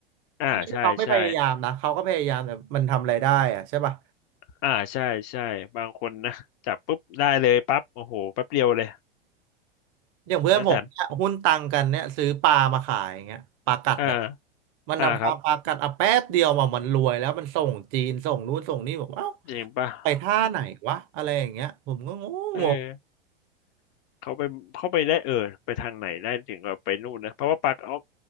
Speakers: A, on the left; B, on the right.
A: อ่าใช่ใช่
B: ไม่ใช่เขาไม่พยายามนะเขาก็พยายามแต่มันทำอะไรได้อะใช่ป่ะ
A: อ่าใช่ใช่บางคนนะจับปุ๊บได้เลยปั๊บโอ้โหแป๊บเดียวเลย
B: อย่างเพื่อนผมเนี่ยหุ้นตังกันเนี่ยซื้อปลามาขายอย่างเงี้ยปลากัดอ่ะ
A: แล้วแถมอ่า
B: มันนำปลาปลากัดอ่ะแป๊บเดียวมามันรวยแล้วมันส่งจีนส่งนู้นส่งนี่ผมเอ้า
A: อ่าครับจริงป่ะ
B: ไปท่าไหนวะอะไรอย่างเงี้ยผมก็งงง
A: <laughs> เออเขาไปเขาไปได้เออไปทางไหนได้ถึงกับไปนู่นนะเพราะว่าปลากเอา